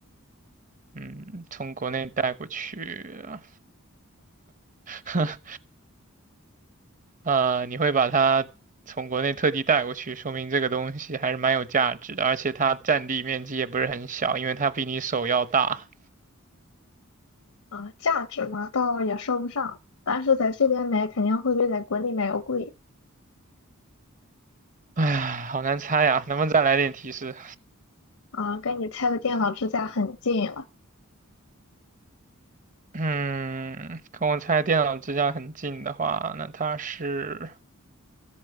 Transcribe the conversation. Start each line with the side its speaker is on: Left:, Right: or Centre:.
Right: 嗯，从国内带过去啊，<laughs> 呃，你会把它从国内特地带过去，说明这个东西还是蛮有价值的，而且它占地面积也不是很小，因为它比你手要大。
Left: 啊，价值嘛，倒也说不上，但是在这边买肯定会比在国内买要贵
Right: 唉，好难猜呀，能不能再来点提示？
Left: 啊，跟你拆的电脑支架很近了，
Right: 嗯，跟我猜电脑支架很近的话，那它是